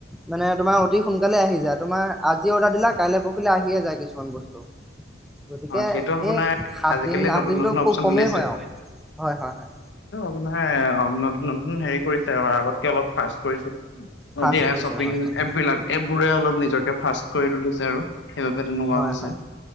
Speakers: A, in the centre; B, on the left.
A: মানে তোমাৰ অতি সোনকালে আহি যা তোমাৰ আজি অৰ্ডাৰ দিলা কাইলৈ পৰখিলে আহিয়ে যায় কিছুমান বস্তু গতিকে
B: অ', সেইটো আপোনাৰ
A: এই সাতদিন
B: আজিকালি
A: আঠ
B: নতুন
A: দিনটো
B: নতুন অপচন
A: খুব কমেই
B: উলিয়াইছে।
A: হয় আৰু হয় হয় হয়
B: ানে অ নতুন নতুন হেৰি কৰিছে তেওঁ আগতকে অলপ ফাষ্ট কৰিছিল
A: ফাৰ্ষ্ট
B: এতিয়া
A: কৰিছে
B: শ্বপিং
A: হয় হয়
B: এপ বিলাক এপ বোৰে অলপ নিজকে ফাৰ্ কৰি তুলিছে আৰু সেইবাবে তেনেকুৱা
A: হয়
B: হৈছে
A: হয়